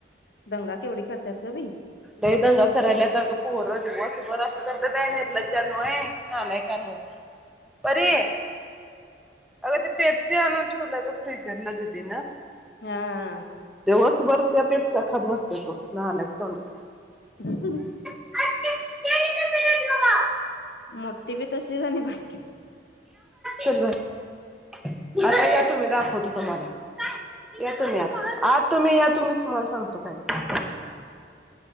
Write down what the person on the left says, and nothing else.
दंगा केवढी करतात ग बाई?
हा
<unintelligible>
मोट्टी बी तशीज आणि बारकी प